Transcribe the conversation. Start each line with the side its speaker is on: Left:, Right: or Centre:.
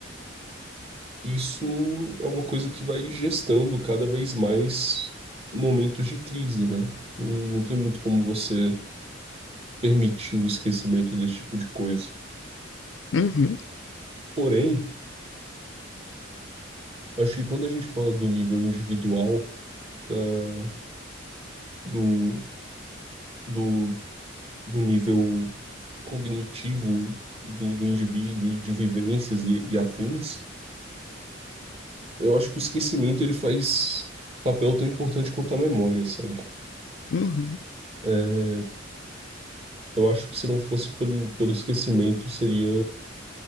Right: isso é uma coisa que vai gestando cada vez mais momentos de crise, né? Não, não tem muito como você permitir o esquecimento desse tipo de coisa.
Left: <laughs> Uhum,
Right: Porém, Acho que quando a gente fala do nível individual, da- do, do, do nível cognitivo do, do indivíduo e de vivências e, e afins, eu acho que o esquecimento ele faz papel tão importante quanto a memória, sabe?
Left: uhum,
Right: É, Eu acho que se não fosse pelo, pelo esquecimento, seria